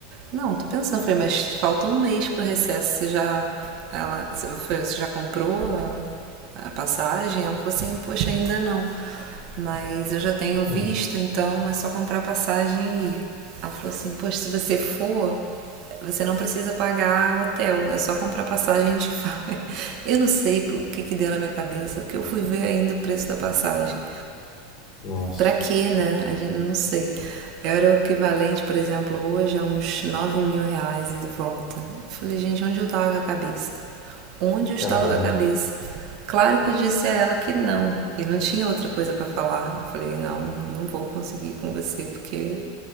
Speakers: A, on the right; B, on the left.
A: Não, tô pensando. Eu falei: Mas falta um mês pro recesso. Você já, ela, você já comprou a, a passagem? Ela falou assim: Poxa, ainda não. Mas eu já tenho visto,
B: Hum,
A: então é só comprar passagem e ir. Ela falou assim: Poxa, se você for, você não precisa pagar hotel, é só comprar passagem e a gente vai. <laughs> Eu não sei o que, que deu na minha cabeça, porque eu fui ver ainda o preço da passagem.
B: Nossa.
A: Pra quê, né? A gente não sei. Era o equivalente, por exemplo, hoje a uns 9 mil reais e de volta. Eu falei, gente, onde eu tava com a cabeça? Onde eu
B: Caramba.
A: estava com a cabeça? Claro que eu disse a ela que não, e não tinha outra coisa pra falar. Eu falei, não, não vou conseguir com você, porque